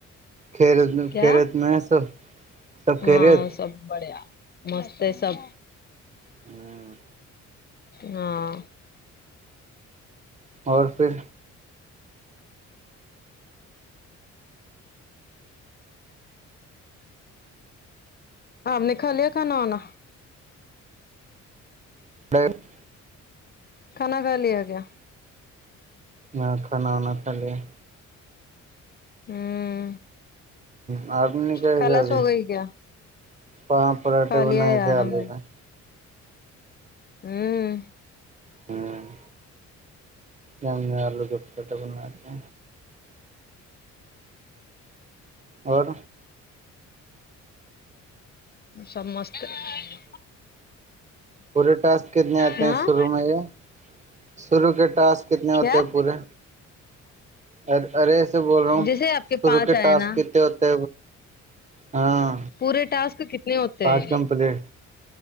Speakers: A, on the right; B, on the left.
A: کھیرت میں
B: کیا
A: خیریت میں ہے سب سب
B: ہاں
A: خیریت
B: سب بڑھیا مست ہے سب
A: ہوں
B: ہاں
A: اور پھر
B: آپ نے کھا لیا کھانا آنا
A: <unintelligible>
B: کھانا کھا لیا کیا
A: ہاں کھانا وانا کہا لیا
B: ہوں
A: ہ اپنے نہی کھائے
B: خلاص
A: کیا ابھی
B: ہو گئی کیا
A: پا پراٹھے
B: کھا لیا
A: بنائے
B: یار
A: تھے
B: ہم
A: آلو
B: نے
A: پ
B: ہوں
A: ہاں میںنے الو کے پراٹھے بنائے تھے اور
B: سب مست ہے
A: پورے ٹاسک کتنے آتے
B: ہاں
A: ہیں شروع میں یہ شروع کے ٹاسک کتنے
B: کیا
A: ہوتے ہیں پورے ارے ارے ایسے بول رہا ہوں
B: جیسے آپ
A: شرو
B: پانچ
A: کے
B: آئے
A: ٹاسک
B: نا
A: کتنے ہوتے ہاں
B: پورے ٹاسک کتنے ہوتے
A: پانچ
B: ہیں
A: کمپلیٹ